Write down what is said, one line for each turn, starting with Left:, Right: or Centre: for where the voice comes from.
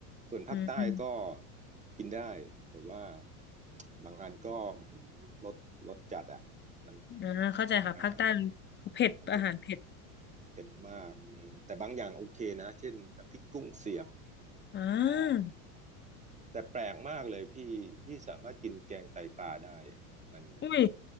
Right: ส่วนภาคใต้ก็
Left: ืมอืม
Right: กินได้แต่ว่าบางอันก็อื้อหือรสรสจัดอ่ะมัน
Left: อ่าเข้าใจค่ะภาคใต้มันเผ็ดอาหารเผ็ด
Right: อ่ามันจะเผ็ดมากอืมแต่บางอย่างโอเคนะเช่นน้ำพริกกุ้งเสียบ
Left: อ่
Right: อ่า
Left: า
Right: แต่แปลกมากเลยพี่พี่สามารถกินแกงไตปลาได้อะมัน
Left: อุ้ย